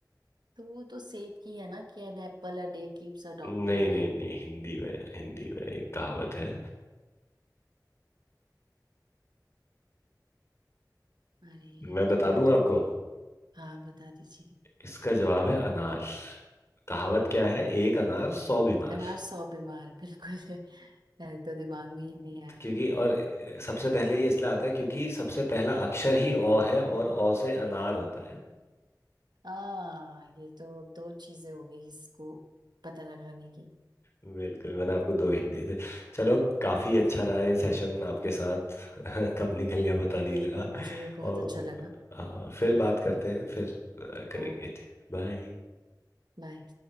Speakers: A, on the right; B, on the left.
A: तो वो तो सेब की है ना कि an apple a day keeps a doctor
B: नहीं
A: away
B: नहीं नहीं हिंदी में हिंदी में एक कहावत है
A: अरे
B: मैं बता
A: तो ये
B: दूं
A: तो
B: आपको
A: हाँ बता दीजिए
B: इसका जवाब है अनार कहावत क्या है एक अनार सौ बीमार
A: अनार सौ बीमार बिल्कुल <laughs> मेरे तो दिमाग में ही नहीं आया
B: क्योंकि और सबसे पहले ये इसलिए आता है क्योंकि सबसे पहला अक्षर ही अ है और अ से अनार होता है
A: आ ये तो दो चीजें हो गई इसको पता लगाने की
B: बिल्कुल मैंने आपको दो हिंट दिए थे चलो काफी अच्छा रहा ये सेशन आपके साथ <laughs> कब निकल गया पता नहीं
A: बिल्कुल
B: लगा
A: मुझे भी बहुत
B: और
A: अच्छा लगा
B: आ, फिर बात करते हैं फिर आ, करेंगे
A: ओके
B: बाय
A: बाय